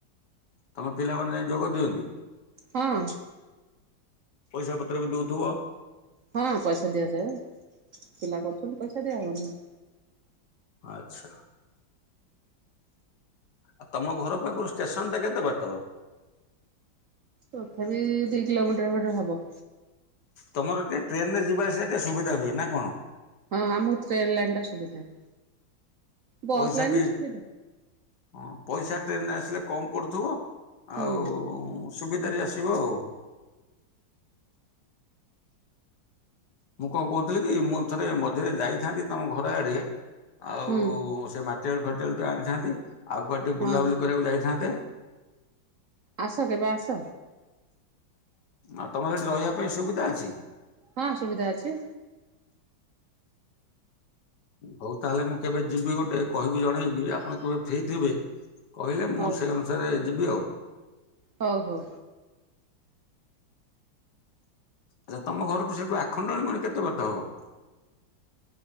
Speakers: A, on the left; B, on the right.
A: ତମେ ପିଲାମାନେ ଯାଇ ଯୋଗ ଦିଅନ୍ତି।
B: ହଁ
A: ପଇସା ପତ୍ର ବି ଦଉଥିବ।
B: ହଁ ପଇସା ଦିଆଯାଏ ପିଲା କରୁଛନ୍ତି ପଇସା ଦିଆହେବନହିଁ।
A: ଆଚ୍ଛା। ଆଉ ତମ ଘର ପାଖରୁ ଷ୍ଟେସନ ଟା କେତେ ବାଟ?
B: ତଥାପି ଦି କିଲୋମିଟର ଖଣ୍ଡେ ହବ।
A: ତମର ଟିକେ ଟ୍ରେନ ରେ ଯିବା ଆ ସେ ଟିକେ ସୁବିଧା ହୁଏ ନା କଣ?
B: ହଁ ଆମକୁ ଟ୍ରେନ୍ ଲାଇନ୍ ଟା ସୁବିଧା। ବସ୍
A: ପଇସା
B: ଲାଇନ
A: ବି
B: ସୁବିଧା
A: ହଁ ପଇସା ଟ୍ରେନରେ ଆସିଲେ କମ ପଡୁଥିବ।
B: ହୁଁ
A: ଆଉ ସୁବିଧାରେ ଆସିବ ଆଉ। ମୁଁ କଣ କହୁଥିଲି କି ମୁଁ ଥରେ ମଝିରେ ଯାଇଥାନ୍ତି ତମ ଘର ଆଡେ ଆଉ
B: ହୁଁ
A: ସେ ମାଟି ମାଟି ଆଳୁ ଫାଟି ଆଳୁ ଟିକେ ଆଣିଥାନ୍ତି ଆଉ କୁଆଡେ ଟିକେ
B: ହଁ
A: ବୁଲାବୁଲି କରିବାକୁ ଯାଇଥାନ୍ତେ।
B: ଆସ କେବେ ଆସ।
A: ଆଉ ତମର ସେଠି ରହିବା ପାଇଁ ସୁବିଧା ଅଛି?
B: ହଁ ସୁବିଧା ଅଛି।
A: ହଉ ତାହେଲେ ମୁଁ କେବେ ଯିବି ଗୋଟେ କହିବି ଜଣେଇବି ଆପଣ କେବେ ଫ୍ରି ଥିବେ। କହିଲେ ମୁଁ
B: ହଉ
A: ସେଇ ଅନୁସାରେ ଯିବି ଆଉ।
B: ହଉ ହଉ।
A: ଆଚ୍ଛା ତମ ଘରଠୁ ସେଠୁ ଆଖଣ୍ଡଣୀ ମଣି କେତେ ବାଟ ହବ?